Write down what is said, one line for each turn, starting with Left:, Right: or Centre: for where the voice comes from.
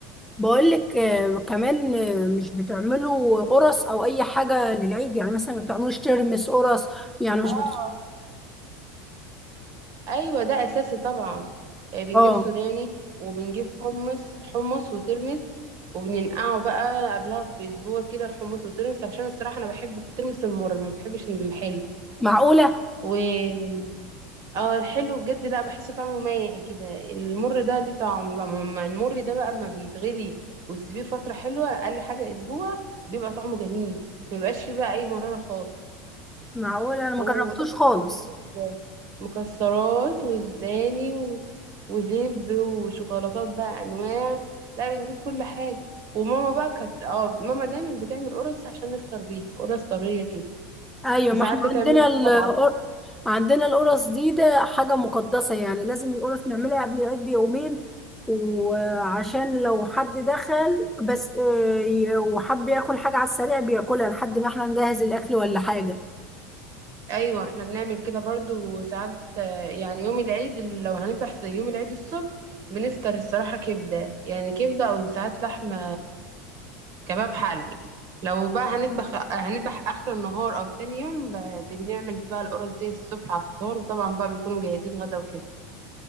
Centre: بقولك آه، كمان آه، مش بتعملوا قرص او اي حاجه للعيد يعني مثلا ما بتعملوش ترمس قرص يعني مش
Right: اه
Centre: بت...
Right: ايوه ده اساسي طبعا آه، بنجيب
Centre: اه
Right: سوداني وبنجيب حمص حمص وترمس وبننقعه بقى قبلها باسبوع كده الحمص والترمس عشان الصراحه انا بحب الترمس المر ما بحبش الحلو
Centre: معقوله
Right: و اه الحلو بجد لا بحس طعمه مايع كده المر ده ليه طعم بقى ما المر ده بقى اما بيتغلي وتسيبيه فتره حلوه اقل حاجه اسبوع بيبقى طعمه جميل ما بيبقاش فيه بقى اي مراره خالص
Centre: معقوله انا ما
Right: وطبعا
Centre: جربتوش خالص
Right: بنجيب مكسرات وسوداني و... ولب وشوكولاتات بقى انواع لا بنجيب كل حاجه وماما بقى كانت اه ماما دايما بتعمل قرص عشان نفطر بيها قرص طريه كده
Centre: ايوه
Right: وساعات
Centre: ما احنا
Right: بتعمل
Centre: عندنا القر...
Right: طبعا
Centre: عندنا القرص دي ده حاجه مقدسه يعني لازم القرص نعملها قبل العيد بيومين وعشان لو حد دخل بس آه، ي- وحب ياكل حاجه على السريع بياكلها لحد ما احنا نجهز الاكل ولا حاجه
Right: ايوه احنا بنعمل كده برضو وساعات آه، يعني يوم العيد لو هنذبح زي يوم العيد الصبح بنفطر الصراحه كبده يعني كبده او ساعات لحمه كباب حل لو بقى هنذبح هنذبح اخر النهار او تاني يوم ب- بنعمل بقى القرص دي الصبح على الفطار وطبعا بقى بيكونوا مجهزين غدا وكده